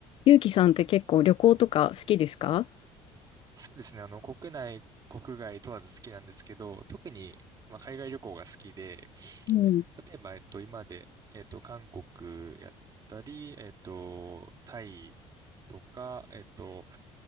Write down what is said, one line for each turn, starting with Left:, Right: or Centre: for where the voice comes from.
Left: ゆうきさんって結構旅行とか好きですか
Right: そうですね。あの、国内、国外問わず好きなんですけど、特に、まあ、海外旅行が好きで、
Left: うん、
Right: 例えば、えっと、今まで、えっと、韓国やったり、えっと、タイとか、えっと、